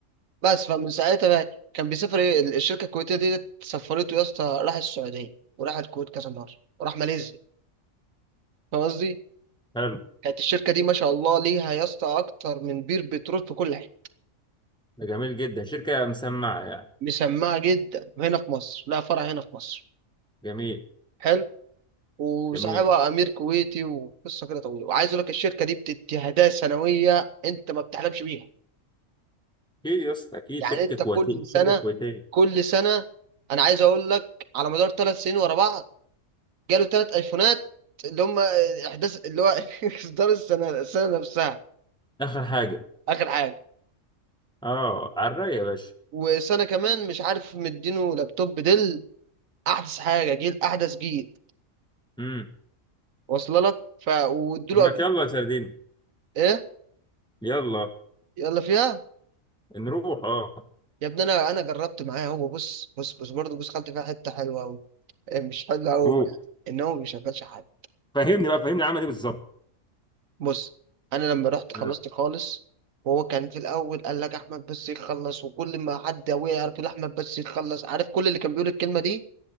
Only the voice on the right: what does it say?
بس فمن ساعتها بقى كان بيسافر ايه الشركه الكويتيه دي سفرته يا اسطى راح السعوديه وراح الكويت كذا مره وراح ماليزيا فاهم قصدي
كانت الشركة دي ما شاء الله ليها يا اسطى أكتر من بير بترول في كل حتة
مسمعة جدا هنا في مصر لها فرع هنا في مصر
حلو وصاحبها
أمير كويتي وقصة كده طويلة وعايز أقول لك الشركة دي بتدي هدايا سنوية أنت ما بتحلمش بيها
يعني
أنت
كل سنة
كل سنة أنا عايز أقول لك على مدار ثلاث سنين ورا بعض جاله ثلاث أيفونات اللي هم إحداث اللي هو <laughs> إصدار السنة السنة نفسها
آخر حاجة
وسنة كمان مش عارف مدينه لابتوب ديل احدث حاجه جيل احدث جيل
واصله لك ف وادوا
له
ايه
يلا فيها
يا ابني انا انا جربت معاه هو بص بص بص برضه بص خدت فيها حته حلوه قوي مش حلوه قوي
ان هو ما بيشغلش حد
بص انا لما رحت
خلصت خالص وهو كان في الاول قال لك احمد بس يخلص وكل ما حد ابويا يعرف يقول احمد بس يخلص عارف كل اللي كان بيقول الكلمه دي